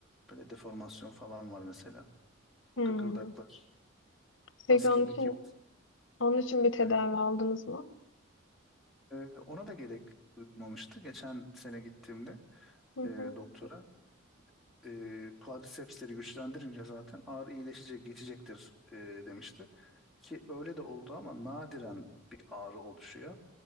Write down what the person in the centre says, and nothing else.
böyle deformasyon falan var mesela. O
kıkırdaklar,
kas kemik
yapısı.
Evet.
Ee, ona da gerek duyulmamıştı. Geçen sene gittiğimde
e,
doktora e, quadricepsleri güçlendirince zaten ağrı iyileşecek, geçecektir e, demişti. Ki öyle de oldu ama nadiren bir ağrı oluşuyor.